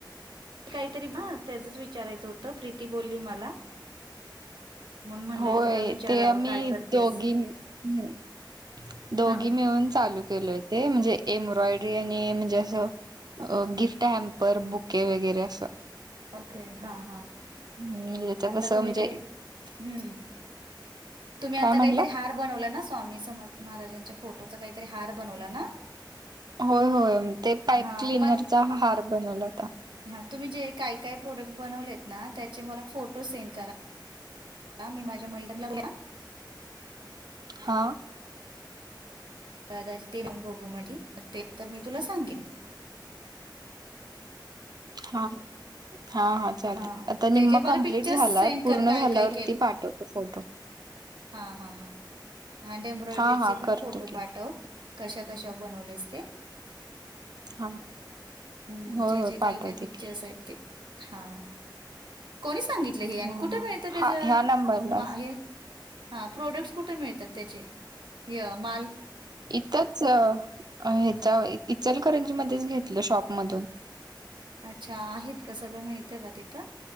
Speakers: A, on the right; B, on the right.
A: काहीतरी हा त्याचच विचारायचं होतं, प्रीती बोलली मला. म्हणून म्हणलं
B: होय
A: तुला विचारावं
B: ते आम्ही
A: काय करतेस
B: दोघी हम्म दोघी
A: हा
B: मिळून चालू केलंय ते म्हणजे एम्ब्रॉयडरी आणि म्हणजे असं अ गिफ्ट हॅम्पर, बुके वगैरे असं.
A: ओके हा हा.
B: म्हणजे त्याच्यात
A: आता
B: असं
A: तुम्ही
B: म्हणजे
A: काही हम्म. तुम्ही आता
B: काय म्हटलं
A: काहीतरी हात बनवला ना स्वामी समर्थ महाराजांच्या फोटोचा काहीतरी हार बनवला ना?
B: होय होय म ते पाईप
A: हां,
B: क्लिनरचा हार बनवला होता.
A: ह तुम्ही जे काय काय प्रोडक्ट बनवलेत ना त्याचे मला फोटो सेंड करा. हा मी माझ्या मैत्रिणींना <unintelligible>
B: हा.
A: <unintelligible> ते पण बघू म्हंटली ते तर मी तुला सांगेन.
B: हा हा हा. चालतंय
A: हां,
B: आता
A: ते
B: निम्म
A: जे मला
B: कम्प्लीट
A: पिक्चर्स
B: झालाय
A: सेंड
B: पूर्ण
A: कर काय-काय
B: झाल्यावरती पाठवतो फोटो.
A: हा हा हा. आणि ते एम्ब्रॉयडरीचे
B: हा हा
A: पण
B: करतो
A: फोटो
B: की
A: पाठव. कशा कशावर बनवलेस ते.
B: हा
A: हम्म
B: होय
A: जे
B: होय
A: जे
B: पाठवते
A: काही काही पिक्चर्स
B: की
A: आहेत ते. हा. कोणी सांगितलं हे? आणि
B: ह
A: कुठं
B: ह
A: मिळतं त्याच
B: हा ह्या नंबरला
A: म मा हे हा प्रोडक्टस कुठे मिळतात त्याचे, य माल?
B: इथचं अ ह्याच्या इचलकरंजीमध्येच घेतलं शॉपमधून.
A: अच्छा आहेत का सगळं मिळतं का तिथं?